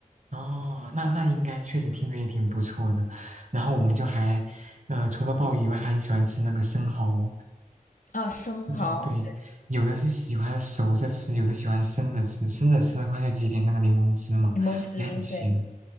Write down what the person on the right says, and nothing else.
哦，那那应该确实听着也挺不错的。然后我们就还，呃，除了鲍鱼以外，还很喜欢吃那个生蚝。
生蚝，对，有的是喜欢熟着吃，有的喜欢生着吃。生着吃的话，就挤点那个柠檬汁嘛，
也很鲜。